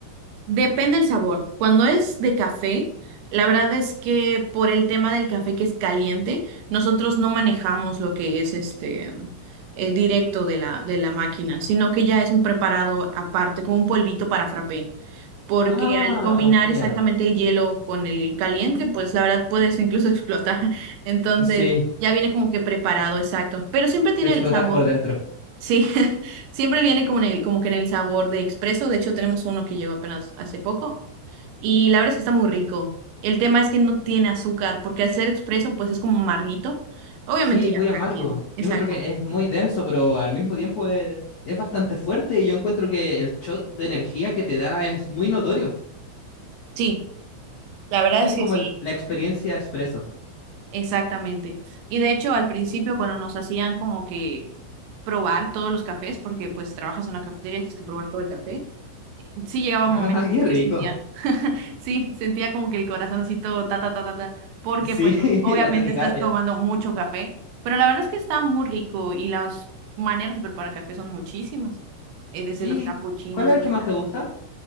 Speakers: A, on the right; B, on the left.
A: Depende el sabor. Cuando es de café, la verdad es que por el tema del café que es caliente, nosotros no manejamos lo que es este eh, directo de la, de la máquina, sino que ya es un preparado aparte, como un polvito para frappé. Porque
B: Ah,
A: al combinar
B: genial.
A: exactamente el hielo con el caliente, pues la verdad puedes incluso <laughs> explotar. Entonces,
B: Sí,
A: ya viene como que preparado, exacto. Pero siempre tiene
B: explotar
A: el sabor.
B: por dentro.
A: Sí, <laughs> siempre viene como en el, como que en el sabor de expreso. De hecho, tenemos uno que llegó apenas hace poco. Y la verdad es que está muy rico. El tema es que no tiene azúcar, porque al ser expreso, pues es como amarguito. Obviamente
B: Sí,
A: ya
B: muy amargo.
A: cada quien. Exacto.
B: Yo encuentro que es muy denso, pero al mismo tiempo es, es bastante fuerte y yo encuentro que el shot de energía que te da es muy notorio.
A: Sí, la verdad
B: Sí,
A: es
B: es como
A: que sí,
B: el- la experiencia expreso.
A: exactamente. Y de hecho, al principio, cuando nos hacían como que probar todos los cafés, porque pues trabajas en una cafetería y tienes que probar todo el café, sí llegaba
B: <laughs> Ah,
A: momentos
B: qué rico.
A: que sentía. Sí, sentía como que el corazoncito ta ta ta ta ta, porque
B: Sí,
A: pues
B: <laughs>
A: obviamente
B: la taquicardia.
A: estás tomando mucho café, pero la verdad es que está muy rico y las maneras de preparar café son muchísimas, eh, desde
B: Sí,
A: los capuchinos,
B: ¿cuál es el
A: los
B: que más
A: lates,
B: te gusta?
A: sí.